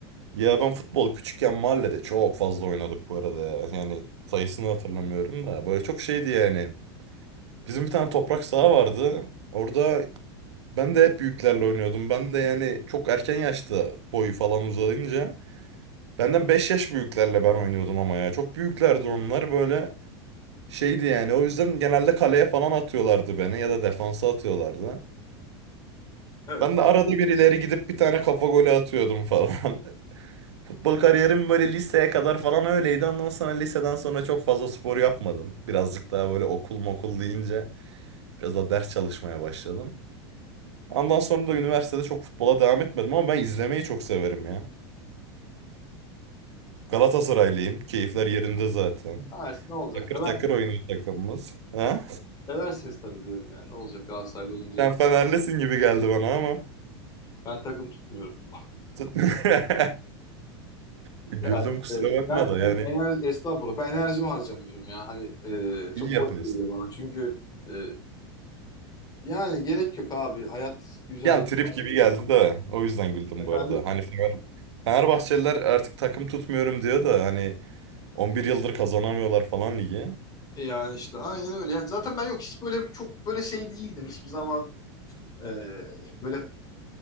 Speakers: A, on the right; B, on the left.
A: Ya ben futbol küçükken mahallede çok fazla oynadık bu arada ya. Yani sayısını hatırlamıyorum da. Böyle çok şeydi yani. Bizim bir tane toprak saha vardı. Orada ben de hep büyüklerle oynuyordum. Ben de yani çok erken yaşta boyu falan uzayınca. Benden 5 yaş büyüklerle ben oynuyordum ama ya. Çok büyüklerdi onlar böyle. Şeydi yani o yüzden genelde kaleye falan atıyorlardı beni ya da defansa atıyorlardı.
B: Evet.
A: Ben de arada bir ileri gidip bir tane kafa golü atıyordum falan. <laughs> Futbol kariyerim böyle liseye kadar falan öyleydi. Ondan sonra liseden sonra çok fazla spor yapmadım. Birazcık daha böyle okul mokul deyince biraz daha ders çalışmaya başladım. Ondan sonra da üniversitede çok futbola devam etmedim ama ben izlemeyi çok severim ya. Galatasaraylıyım. Keyifler yerinde zaten.
B: Ha, işte ne olacak?
A: Takır
B: Sever,
A: takır oynuyor takımımız. Ha?
B: seversiniz tabii diyorum yani. Ne olacak Galatasaraylı olunca?
A: Sen Fenerlisin gibi geldi bana ama.
B: Ben takım tutmuyorum. <laughs>
A: <laughs> Güldüm
B: Ya işte
A: kusura bakma
B: ben
A: da
B: en-
A: yani
B: enerji, estağfurullah ben enerjimi harcamıyorum ya. Hani e, çok
A: iyi yapıyorsun.
B: boş geliyor bana. Çünkü e, yani gerek yok abi. Hayat güzel.
A: Yani trip
B: devam
A: gibi
B: ediyor.
A: geldi de o yüzden güldüm
B: Efendim?
A: bu arada. Hani Fener, Fenerbahçeliler artık takım tutmuyorum diyor da hani 11 yıldır kazanamıyorlar falan ligi.
B: Yani işte aynen öyle. Yani zaten ben yok hiç böyle bir- çok böyle şey değildim hiçbir zaman. Ee, böyle